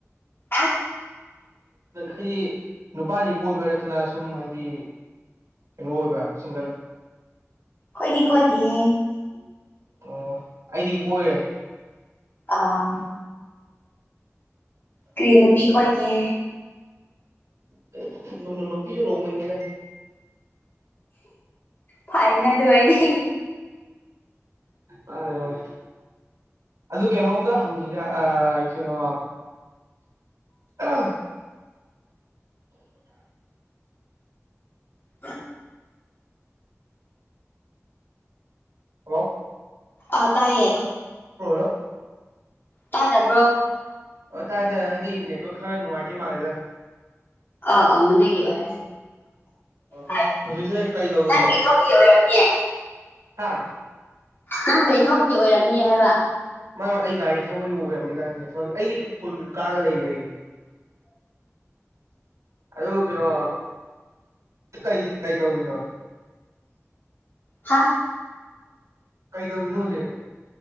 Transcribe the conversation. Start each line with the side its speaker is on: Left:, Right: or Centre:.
Left: ꯑꯁ
Right: ꯍꯥꯏꯗꯤ ꯅꯨꯄꯥꯗꯤ ꯀꯣꯏꯕ꯭ꯔꯥ ꯅꯠꯇꯅ ꯁꯨꯝ ꯍꯥꯏꯗꯤ ꯀꯩꯅꯣ ꯑꯣꯏꯕ ꯁꯤꯡꯒꯜ
Left: ꯀꯣꯏꯅꯤ ꯀꯣꯏꯅꯤ
Right: ꯑꯣ ꯑꯩꯗꯤ ꯀꯣꯏꯔꯦ
Left: ꯑꯥ ꯀꯔꯤ ꯅꯨꯄꯤ ꯀꯣꯏꯒꯦ
Right: ꯀ ꯏꯅ ꯅꯣꯛꯄꯤꯁꯨ ꯔꯣ ꯃꯅꯦꯗ
Left: ꯐꯥꯏꯠꯅ ꯇ ꯑꯣꯏꯗꯤ
Right: ꯃꯥꯦ ꯃꯥꯦ ꯑꯗꯨ ꯀꯩꯅꯣꯝꯇ ꯍꯪꯈꯤꯒ ꯀꯩꯅꯣ ꯑꯥ
Left: ꯑ
Right: ꯍꯜꯂꯣ
Left: ꯑ ꯇꯥꯏꯌꯦ
Right: ꯍꯣꯂꯣ
Left: ꯇꯥ ꯇꯕ꯭ꯔꯣ
Right: ꯑꯣ ꯇꯥꯏꯦ ꯇꯥꯏ ꯍꯥꯏꯗꯤ ꯏꯟꯌꯥ ꯈꯔ ꯅꯨꯡꯉꯥꯏꯇꯦ ꯃꯥꯂꯦꯗ
Left: ꯑ ꯑꯃꯗꯒꯤꯔꯅꯤ
Right: ꯑꯣ
Left: ꯍꯥꯏ
Right: ꯍꯧꯖꯤꯛꯁꯦ ꯀꯩꯗꯧꯔꯤꯅꯣ
Left: ꯅꯪꯒꯤ ꯊꯧꯕꯒꯤ ꯑꯣꯏꯔꯅꯤꯌꯦ
Right: ꯍꯥꯥ
Left: ꯅꯪꯗꯩ ꯊꯧꯕꯒꯤ ꯑꯣꯏꯔꯝꯅꯤ ꯍꯥꯏꯕ
Right: <unintelligible> ꯑꯩ ꯒꯥꯔꯤ ꯊꯧꯕꯒꯤ ꯑꯣꯔꯝꯃꯤꯗ ꯅꯦꯠꯋꯛ ꯑꯩꯗꯤ ꯐꯨꯜ ꯀꯥꯔꯒ ꯂꯩ ꯂꯩꯔꯤ꯫ ꯑꯗꯨ ꯀꯩꯅꯣ꯫ ꯀꯩ ꯀꯩ ꯇꯧꯔꯤꯅꯣ꯫
Left: ꯍꯥꯥ꯫
Right: ꯀꯩꯗꯧꯔꯤꯅꯣ ꯍꯧꯖꯤꯛ